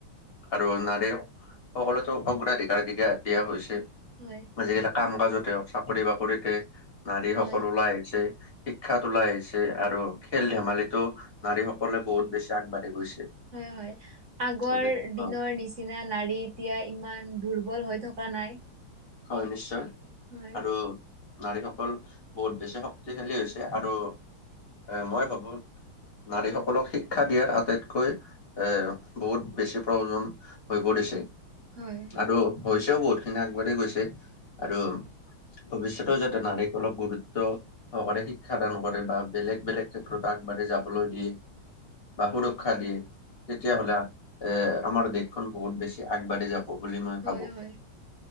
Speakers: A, on the left (about 35°); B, on the right (about 45°).
A: আৰু নাৰীৰ সকলোতো অগ্ৰাধিকাৰাধিকা দিয়া হৈছে
B: হয়
A: আজিকালি কাম কাজতে হওক চাকৰি বাকৰিতে নাৰী
B: হয়
A: সকল ওলাই আহিছে শিক্ষা তোলাই আহিছে আৰু খেল ধেমালিতো নাৰী সকলে বহুত বেছি আগবাঢ়ি গৈছে
B: হয় হয় আগৰ
A: গতিকে
B: দিনৰ
A: অ
B: নিচিনা নিচিনা নাৰী এতিয়া ইমান দুৰ্বল হৈ থকা নাই
A: হয় নিশ্চয়
B: হয়
A: আৰু নাৰীসকল বহুত বেছি শক্তিশালী হৈছে আৰু এ মই ভাবো নাৰীসকলক শিক্ষা দিয়াৰ আটাইতকৈ এ বহুত বেছি প্ৰয়োজন হৈ পৰিছে
B: হয়
A: আৰু হৈছেও বহুত খিনি আগবাঢ়ি গৈছে আৰু ভৱিষ্যতেও যাতে নাৰীক অলপ গুৰুত্ব চৰকাৰে শিক্ষ দান কৰে বা বেলেগ বেলেগ ক্ষেত্ৰত আগবাঢ়ি যাবলৈ দিয়ে বা সুৰক্ষা দিয়ে তেতিয়াাহলে এ আমাৰ দেশখন বহুত বেছি আগবাঢ়ি যাব হব বুলি মই
B: হয়
A: ভাবো
B: হয়